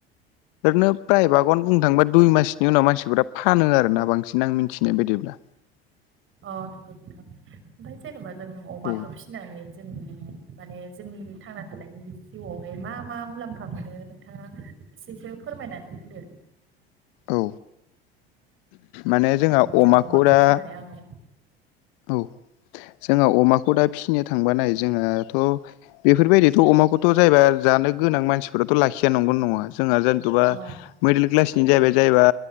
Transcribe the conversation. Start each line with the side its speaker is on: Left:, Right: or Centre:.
Left: ओरैनो फ्रायभागावनो बुंनो थांबा दुइ मास नि उनाव मानसिफोरा फानो आरोना बांसिन आं मिनथिनाय बायदिब्ला।
Right: अ नंगौ नोंथां ओमफ्राय जेनेबा जों अमाखौ
Left: औ
Right: फिनानै जों माने जोंनि थांना थानायनि जिउआवहाय मा मा मुलाम्फा मोनो नोंथाङा एसेसो फोरमायनानै होदो।
Left: औ माने जोंहा
Right: जेनेबा जों
Left: अमाखौ दा
Right: फिसिनानै औ
Left: औ जोंहा अमाखौ दा फिसिनो थांबानाय जोंहाथ' बेफोर बायदिथ' अमाखौथ' जायबा जानो गोनां मानसिफोराथ' लाखिया नंगौना नङा? जोंहा जेनथ'बा
Right: औ
Left: मिडल क्लासनि जाहैबाय जायबा